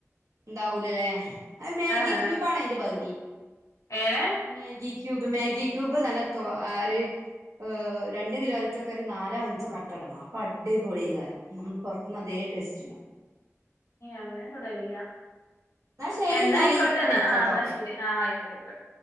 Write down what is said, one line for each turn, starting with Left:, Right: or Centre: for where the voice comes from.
Right: ഉണ്ടാവൂലല്ലേ ആ മാഗി
Left: ഏഹ്
Right: ക്യൂബ ആണ് അതിന്റെ ഭംഗി.
Left: ഏനെ
Right: മാഗി കൂബ് മ മാഗി ക്യുബബതല്ലത്തോ ആര് ഹ് രണ്ട് കിലോ അരക്കൊക്കെ ഒരു നാലോ, അഞ്ചോ, കട്ടടണം അപ്പൊ അടിപൊടികാരം. നമ്മ പുറത്ത് അതേ ടേസ്റ്റിനോ
Left: അങ്ങനെ തുടലില്ല
Right: ശരി
Left: എന്നാ
Right: എന്നാല്
Left: ആയിക്കോട്ടെന്ന്
Right: പിന്നെ വിളിക്കാട്ടോ
Left: ആ എന്നാ ശരി. ആഹ ആയിക്കോട്ടെ. ആയിക്കോട്ടെ.